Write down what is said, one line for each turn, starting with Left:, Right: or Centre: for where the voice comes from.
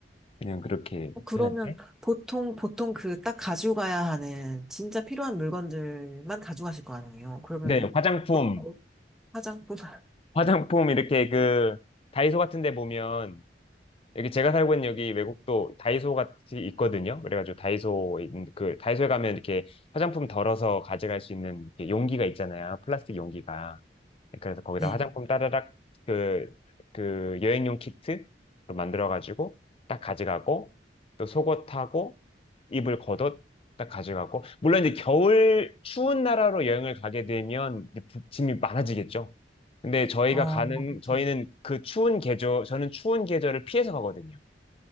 Left: 그냥 그렇게
Centre: 어, 그러면
Left: 하는데.
Centre: 보통, 보통 그 딱 가지고 가야 하는 진짜 필요한 물건들만 가져가실 거 아니에요? 그러면은
Left: 네, 화장품,
Centre: 보통 화장품, <laughs>
Left: 화장품 이렇게 그 다이소 같은 데 보면 여기 제가 살고 있는 여기 외국도 다이소 같이 있거든요. 그래가지고 다이소 있는- 그 다이소에 가면 이렇게 화장품 덜어서 가져갈 수 있는 이렇게 용기가 있잖아요. 플라스틱 용기가. 그래서 거기다
Centre: 네.
Left: 화장품 따다닥 그, 그 여행용 키트 만들어가지고 딱 가져가고 또 속옷하고 입을 겉옷 딱 가져가고 물론 이제 겨울 추운 나라로 여행을 가게 되면 이제 부- 짐이 많아지겠죠. 근데 저희가
Centre: 어,
Left: 가는
Centre: 그렇죠.
Left: 저희는 그 추운 계절 저는 추운 계절을 피해서 가거든요.